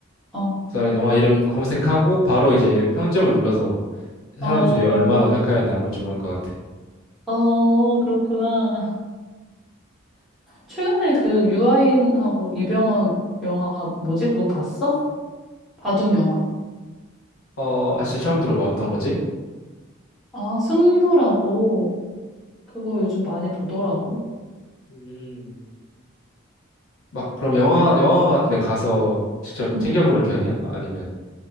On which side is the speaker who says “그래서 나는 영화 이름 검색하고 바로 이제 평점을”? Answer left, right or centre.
Left